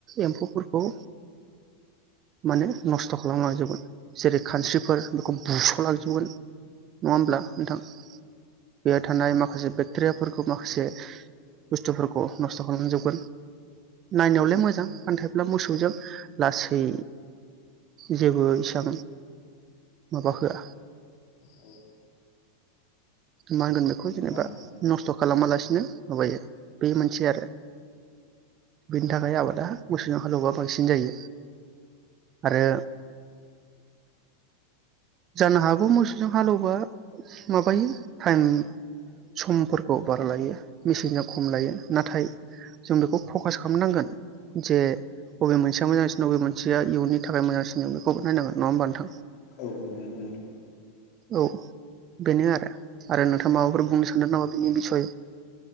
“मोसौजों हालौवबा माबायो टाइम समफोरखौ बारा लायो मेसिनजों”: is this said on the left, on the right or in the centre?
Right